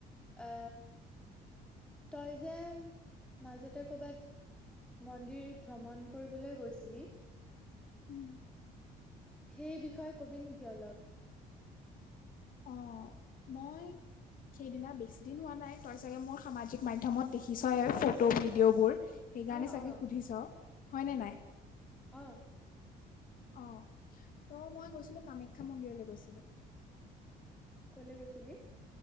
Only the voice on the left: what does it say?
উম,
অ মই সেইদিনা বেছিদিন হোৱা নাই তই চাগে মোৰ সামাজিক মাধ্যমত দেখিছয় ফটো, ভিডিঅ'বোৰ। সেইকাৰণে
চাগে
সুধিছ হয়নে নাই?
অঁ ত' মই গৈছিলোঁ কামাখ্যা মন্দিৰলৈ গৈছিলোঁ।